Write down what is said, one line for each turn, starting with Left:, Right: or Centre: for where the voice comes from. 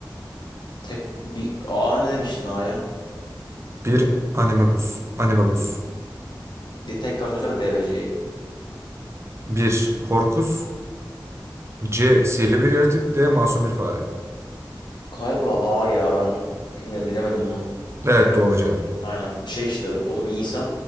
Left: Tek bir A ne demiştin A'ya?
Right: Bir Animagus, Animagus,
Left: Bir tekrar söylesene B ve C'yi.
Right: bir Horcus, C. Sihirli bir yaratık, D. Masum bir fare.
Left: Galiba A ya ben bilmiyorum bilemedim bunu.
Right: Evet doğru cevap.
Left: Aynen. Şey işte o da bir insan.